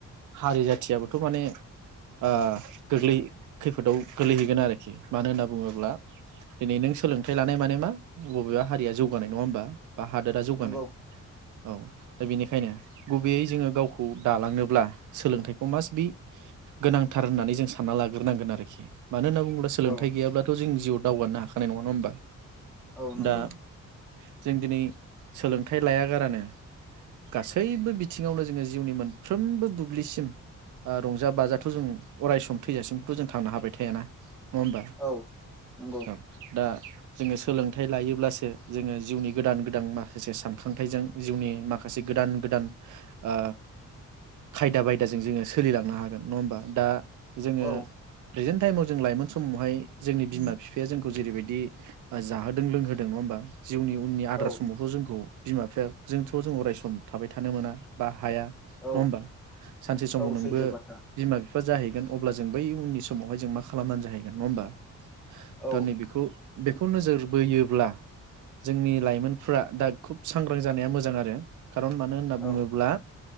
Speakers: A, on the right (about 75°); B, in the centre.
A: हारि जाथियाबोथ' माने ओ गोग्लै खैफोदाव गोलैहैगोन आरोखि मानो होनना बुङोब्ला दिनै नों सोलोंथाइ लानाय माने मा बबेबा हारिया जौगानाय नङा होमबा। बा हादोरा जौगानाय
B: नंगौ
A: औ दा बेनिखायनो गुबैयै जोङो गावखौ दालांनोब्ला सोलोंथाइखौ मास बि गोनांथार होननानै जों सानना लाग्रोनांगोन आरोखि। मानो होनना बुंब्ला सोलोंथाइ
B: औ
A: गैयाब्लाथ' जों जिउआव दावगानोनो हाखानाय नङा होमबा।
B: औ नंगौ
A: दा जों दिनै सोलोंथाइ लाया गारानो गासैबो बिथिङावनो जोङो जिउनि मोनफ्रोमबो बुब्लिसिम ओ रंजा बाजा थ' जों अराय सम थैजासिमबोथ' जों थांनो हाबाय थायाना नङा होमबा
B: औ नंगौ
A: औ दा जोङो सोलोंथाइ लायोब्लासो जोङो जिउनि गोदान गोदान माखासे सानखांथाइजों जिउनि माखासे गोदान गोदान ओ खायदा बायदाजों जोङो सोलिलांनो हागोन नङा होमबा दा जोङो
B: औ
A: प्रेजेन्ट टाइमाव जों लाइमोन समावहाय जोंनि बिमा बिफाया जोंखौ जेरैबायदि जाहोदों लोंहोदों नङा होमबा जिउनि उननि आद्रा
B: औ
A: समावथ' जोंखौ बिमा बिफाजोंथ' जों अरायसम थाबाय थानो मोना बा हाया नङा
B: औ
A: होमबा सानसे समाव
B: औ
A: नोंबो
B: सैथो बाथ्रा
A: बिमा बि फ्रा जाहैगोन अब्ला जों बै उननि समावहाय जों मा खालामनानै जाहैगोन नङा होमबा
B: औ
A: दा नैबेखौ बेखौ नोजोर बोयो ब्ला जोंनि लाइमोनफ्रा दा खुब सांग्रां जानाया मोजां आरो खारन मानो होनना बुङोब्ला
B: औ